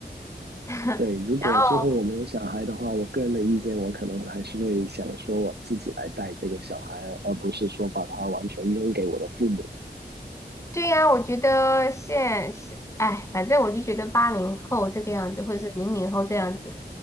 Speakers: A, on the left; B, on the right.
A: <laughs>
B: 对，如果之后我们有小孩的话，
A: 然后，
B: 我个人的意见，我可能还是会想说我自己来带这个小孩，而不是说把他完全扔给我的父母。
A: 对呀，我觉得现现哎，反正我就觉得八零后这个样子，或者是零零后这样子，